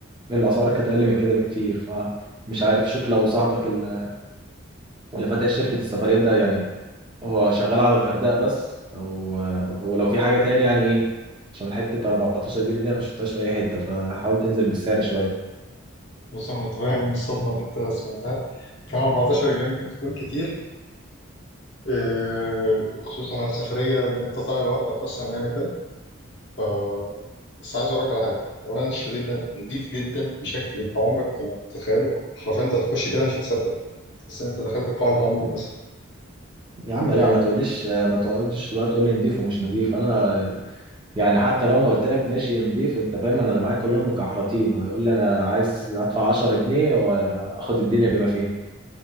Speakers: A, on the right (about 25°); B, on the left (about 55°).
A: الأسعار كانت أقل من كده بكتير فمش عارف شوف لو صاحبك ال- اللي فاتح شركة السفريات ده يعني هو شغال على الغردقة بس أو أو لو في حاجة تاني يعني إيه عشان حتة 14 جنيه دي أنا مشفتهاش في أي حتة فحاول تنزل بالسعر شوية
B: بص أنا متفاهم من الصدمة اللي أنت سمعتها فعلا 14 جنيه ممكن تكون كتير آه، خصوصا على السفرية إن أنت طالع لوحدك أصلا يعني ف بس عايز اقول لك على حاجه اولا الشاليه ده نضيف جدا بشكل انت عمرك يعني متخيله حرفيا انت هتخش كده مش هتصدق يعني تحس ان انت دخلت قاع الهامور مثلا
A: يا عم لا
B: إيه،
A: ما تقوليش ما تقعدش بقى تقول لي نضيف ومش نضيف أنا يعني حتى لو انا قلت لك ماشي نضيف انت فاهم انا اللي معايا كلهم مكحرتين ويقول لي انا عايز ادفع 10 جنيه واخد الدنيا بما فيه